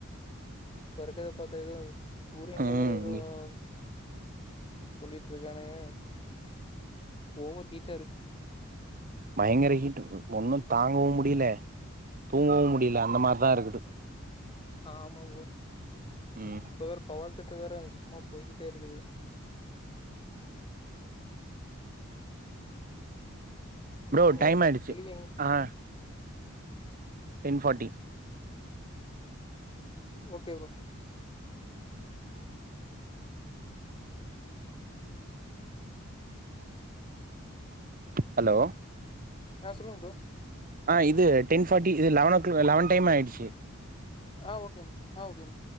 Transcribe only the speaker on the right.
ம்
பயங்கர ஹீட்டு ஒன்னும் தாங்கவும் முடில தூங்கவும் முடியல அந்த மாரிதா இருக்குது
ம்
ப்ரோ
டைம் ஆயிடுச்சு
ஆஹ் ten forty
hello
ஆஹ இது டென் ஃபாட்டி இது லெவன் ஓ லெவன் டைம் ஆயிடுச்சி